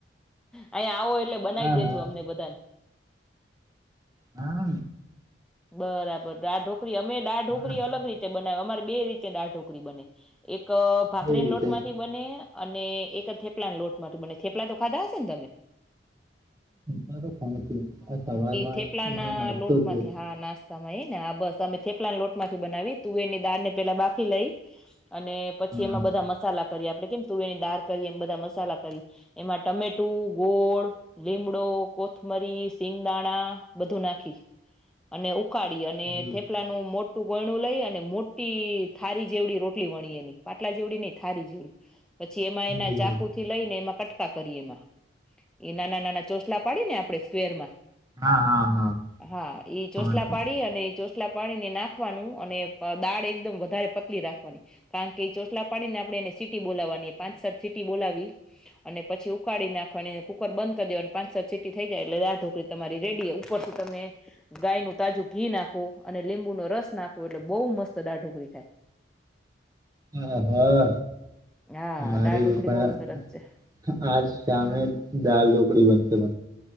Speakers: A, in the centre; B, on the right.
A: અહીંયા આવો એટલે બનાવી
B: હા
A: દેજો
B: હા
A: અમને બધાને
B: હા.
A: બરાબર દાઢો અમે ઢોકળી
B: હા
A: અલગ રીતે બ ને અમારે બે રીતે દાળ ઢોકળી બને એક ક ભાખરી
B: કેવી રીતે
A: લોટમાંથી બને અને એક થેપલા લોટ માટે બને થેપલા તો ખાધા હશે ને તમે.
B: હા તો ખણ છ આ સવારમાં.
A: થેપલા ના
B: મારો નાસ્તો
A: લોટમાંથી
B: છે
A: હા નાસ્તા. તમે એને બસ તમે થેપલાને લોટમાંથી બનાવી તુવેર ની દાળ ને પેલા બાફી લઈ અને પછી
B: હા
A: એમાં બધા મસાલા કરી આપડણે કેમ તુવેર ની દાળ કરી એમ બધા મસાલા કરી એમાં ટામેટું ગોળ. લીમડો કોથમરી. સિંગદાણા. બધું નાખી અને. ઉકાળી
B: એવું
A: અને થેપલાનું મોટ. મોટું વણું લઈ અને મોટી થારી જેવડી રોટલી વણી એની પાટલા જેવડી નહી થારી જેવડી. પછી એમાં એના
B: એવું
A: ચાકુ થી લઈને એમાં કટ. કટકા કરી એમાં એ નાના નાના ચોસલા પાડી ને આપણે સ્ક્વેરમાં.
B: હા હા હા
A: હા એ
B: ખબર
A: ચોસલા પાડી અને ચોસલા પાડી ને નાખ. નાખવાનું અને દાળ એકદમ વધારે પતલી રાખવાની કારણ કે ચોટલા પાડીને આપડણે એને સીટી બોલાવવાની પાંચ સાત સીટી બોલાવી અને પછી ઉકાળી નાખવાની કુકર બંધ કરી દેવા અને પાંચ સાત સીટી થઈ જાય એટલે દાળ ઢોકળી તમારી રેડી. ઉપરથી તમે ગાયનું તાજું ઘી નાખો અને લીંબુનો રસ નાખો એટલે બહુ મસ્ત દાળ ઢોકળી થાય.
B: હ હા
A: હા
B: મારી
A: દાળ ઢોકળી
B: <inaudible>
A: બહુ સરસ છે
B: આજ સામે દાલ ઢોકડી બનશે મ.